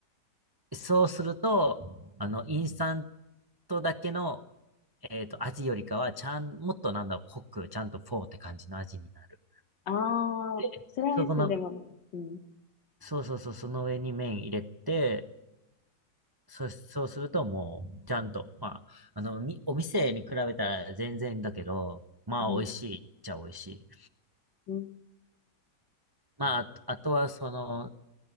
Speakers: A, on the right; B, on the left.
A: そうすると、あの、インスタントだけのえっと、味よりかは、ちゃん、もっとなんだろう、濃く、ちゃんとフォーって感じの味になる。
B: あ、ああ、
A: でそこの、
B: スライスでも、うん。
A: そうそうそう、その上に麺入れて、そ、そうするともう、ちゃんと、まあ、あの、み、お店に比べたら全然だけど、まあ、
B: うん。
A: 美味しいっちゃ美味しい。
B: うん。
A: まあ、あと、あとはその、